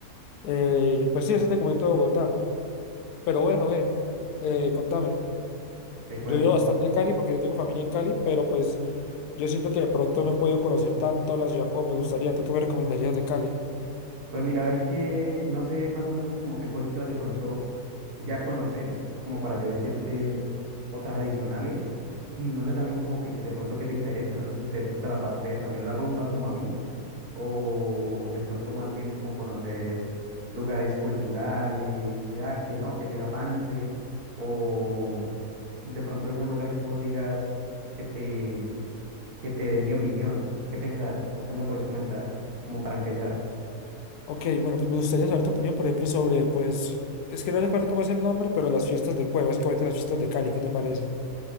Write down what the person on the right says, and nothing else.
Te cuento.
Pues mira, ve que no sé más o menos como qué cositas de pronto ya conoces, como para yo decirte otras adicionales, y no sé también como que, que de pronto qué te interesa, no sé si te gusta la parte también la rumba como a mí, o de pronto más bien como conocer lugares culturales, que ah, que no, quiero ir a Pance, o de pronto algún lugar que vos digas que te, que te dé mi opinión, ¿qué pensás o qué me puedes comentar como para empezar?